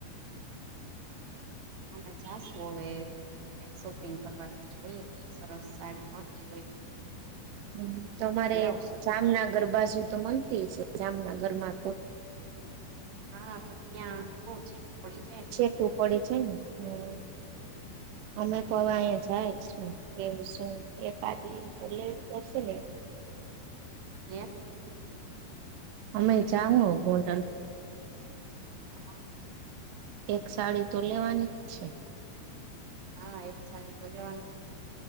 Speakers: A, on the right; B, on the right.
A: અમે જાશું અવે ક્યાંક શોપિંગ કરવાથી જોયે ક્યાઈ સરસ સાડી મળતી ઓય.
B: હુમ્મ, તમારે
A: આવશું
B: જામનગર બાજું તો મલતી છે, જામનગરમાં તો
A: હા, પણ ન્યા બોઉ છેટું પડે.
B: છેેટું પડે છે ને
A: <inaudible>
B: હમ અમે તો અવે અયા જાય શું. એવું શે, એક કાદી તો લેવી પદશે ને?
A: કેસ
B: અમે જાહુ ગોંડલ.
A: હા, હ.
B: એક સાડી તો લેવાની જ છે.
A: હા, એક સાડી તો લેવાનું